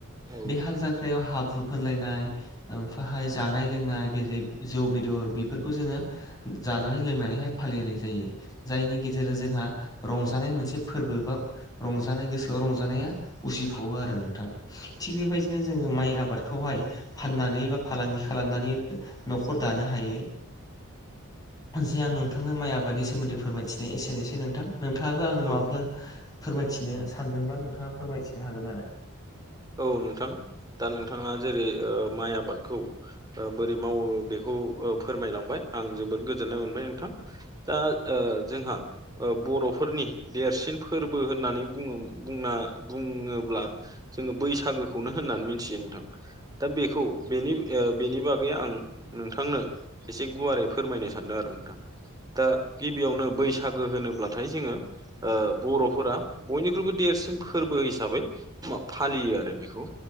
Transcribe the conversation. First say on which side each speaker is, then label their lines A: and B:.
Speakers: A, on the right; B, on the left.
A: नोंथां
B: बे खायाव हाब्रु फोनलायनाय ओमफाहाय जानाय लोंनाय बेै जौ बेदर बेफोरखौ जोङो जानानै लोंनानैहाय फालिनाय जायो। जायनि गेजेरजों जोंहा रंजानाय मोनसे फोरबो बा रंजानाय गोसोआव रंजानाया उसिफावो आरो नोंथां। थिग बेबायदिनो जोङो माइ आबादखौहाय फाननानै बा फालांगि खालामनानै न'खर दानो हायो। जे आं नोंथांनो माइ आबादनि सोमोन्दै फोरमायथिनाय एसेनोसै नोंथां नोंथाङाबो आंनो
A: औ
B: माबाफोर फोरमायथिनो सानदोंब्ला नोंथाङा फोरमायथिनो हागोन आरो
A: औ नोंथां दा नोंथाङा जेरै ओ माइ आबादखौ बोरै मावो बेखौ फोरमायलांबाय आं जोबोर गोजोननाय मोनबाय नोंथां। दा जोंहा बर'फोरनि देरसिन फोरबो होननानै बुङो बुंना बुङोब्ला जोङो बैसागोखौनो होननानै मिथियो नोंथां दा बेखौ बेनि ओ बेनि बागै आं नोंथांनो एसे गुवारै फोरमायनो सानदों आरो नोंथां। दा गिबियावनो बैसागो होनोब्लाथाय जोङो ओ बर'फोरा बयनिख्रुइबो देरसिन फोरबो हिसाबै फालियो आरो बेखौ